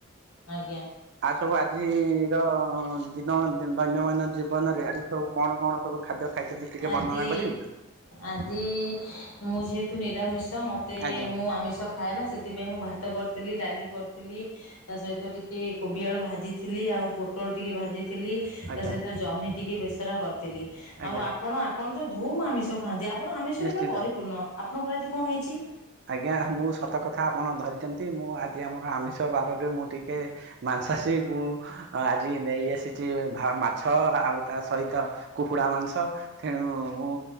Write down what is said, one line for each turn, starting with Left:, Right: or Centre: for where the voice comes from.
Left: ଆଜ୍ଞା।
Right: ଆ ସବୁ ଆଜିର ଦିନ ଦୈନଦୀନ ଜୀବନରେ ଆଜି ସବୁ କଣ କଣ ସବୁ ଖାଦ୍ୟ ଖାଇଛନ୍ତି ଟିକେ
Left: ଆଜି
Right: ବର୍ଣ୍ଣନା କରିବେ?
Left: ଆଜି। ମୁଁ ଯେହେତୁ ନିରାମିଷ ମୋତେ
Right: ଆଜ୍ଞା
Left: ମୁଁ ଆମିଷ ଖାଏ ନା ସେଥିପାଇଁ ମୁଁ ଭା ତ କରିଥିଲି ଡାଲି କରିଥିଲି ତା ସହିତ ଟିକେ କୋବି ଆଳୁ ଭାଜିଥିଲି ଆଉ ପୋଟଳ ଟିକେ ଭାଜିଥିଲି। ତା
Right: ଆଜ୍ଞା
Left: ସହିତ ଯହ୍ନି ଟିକେ ବେସର କରିଥିଲି
Right: ଆଜ୍ଞା
Left: ଆଉ ଆପଣ ଆପଣ? ଧୁମ ଆମିଷ ଖାନ୍ତି ଆପଣ ଆମିଷରେ
Right: ନିଶ୍ଚିନ୍ତ।
Left: ପୁରା ପରିପୂର୍ଣ୍ଣ ଆପଣଙ୍କର ଆଜି କଣ ହେଇଛି?
Right: ଆଜ୍ଞା ମୁଁ ସତ କଥା ଆପଣ ଧରିଛନ୍ତି। ମୁଁ ଆଜି ଆମର ଆମିଷ ବାରରେ ମୁଁ ଟିକେ ମା ମାଂସାଷୀ କୁ ଆଜି ନେଇ ଆସିଛି ମାଛ ଆଉ ତା ସହିତ କୁକୁଡ଼ା ମା ମାଂସ। ତେଣୁ ମୁଁ